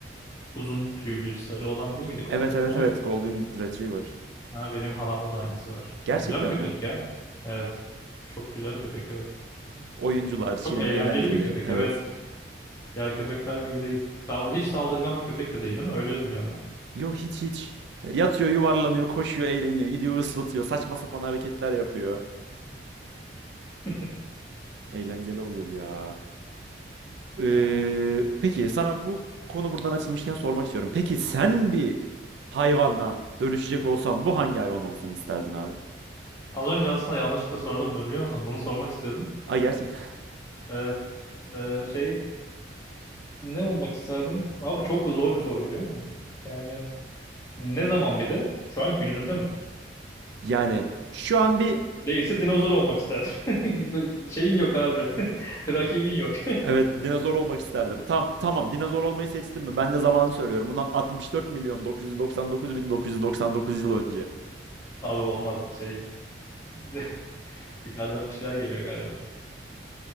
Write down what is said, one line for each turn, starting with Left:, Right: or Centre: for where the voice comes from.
Left: uzun tüylü sarı olan değil miydi Golden?
Right: Evet evet
Left: O muydu?
Right: evet Golden Retriever.
Left: Ha benim halamda da aynısı var.
Right: Gerçekten
Left: Güzel köpek
Right: mi?
Left: ya. Evet. Çok güzel köpek evet.
Right: Oyuncular şirin,
Left: Çok eğlenceli
Right: eğlenceli.
Left: bir köpek
Right: Evet.
Left: evet. Diğer köpekler gibi değil. Sağ, hiç saldırgan bir köpek de değil değil mi? Öyle biliyorum ben.
Right: Yo hiç hiç. Yatıyor, yuvarlanıyor, koşuyor, eğleniyor, gidiyor, ıslatıyor, saçma sapan hareketler yapıyor.
Left: <laughs>
Right: Eğlenceli olur ya. Ee,
Left: Evet.
Right: peki sana bu konu buradan açılmışken sormak istiyorum. Peki sen bir hayvanla dönüşecek olsan bu hangi hayvan olsun isterdin abi?
Left: Az önce aslında yanlışlıkla sordum bunu biliyor musunuz? Bunu sormak istiyordum.
Right: Ay gerçekten. <laughs>
Left: Evet. Ee, şey ne olmak isterdim? Abi çok da zor bir soru biliyor musun bu? Yani ne zaman bir de? Şu an günümüzde mi?
Right: Yani şu an bir
Left: Değilse dinozor olmak isterdim. <laughs> Böyle Şeyin yok abi. <laughs> Rakibin yok. <laughs>
Right: evet dinozor olmak isterdim. Tam tamam dinozor olmayı seçtim mi? Ben de zamanı söylüyorum. Bundan 64 milyon 999 yıl önce.
Left: Abi olmaz şey. <laughs> Yukarıdan bir şeyler geliyor galiba.